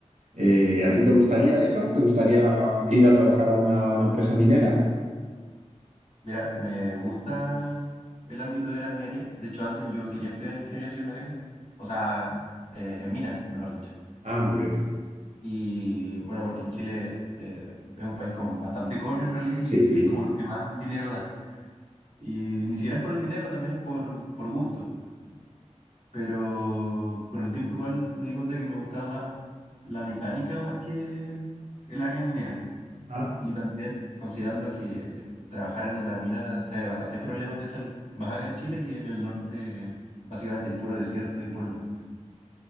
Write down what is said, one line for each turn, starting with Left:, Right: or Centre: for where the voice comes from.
Right: eh, ¿a ti te gustaría eso? ¿Te gustaría ir a trabajar a una, a una empresa minera?
Left: Mira, me gusta el ámbito de la minería, de hecho antes yo quería estudiar ingeniería civil mecánica, o sea, eh, en minas, mejor dicho.
Right: Ah, muy bien.
Left: Y bueno, porque en Chile eh, es un país con bastante cobre en realidad y
Right: Sí.
Left: es como lo que más dinero da. Y ni siquiera es por el dinero, también es por, por gusto. Pero con el tiempo igual me di cuenta que me gustaba más la mecánica más que el área minera.
Right: Ah,
Left: Y también considerando que trabajar en una mina trae bastantes problemas de salud, más acá en Chile que en el norte básicamente hay puro desierto y polvo.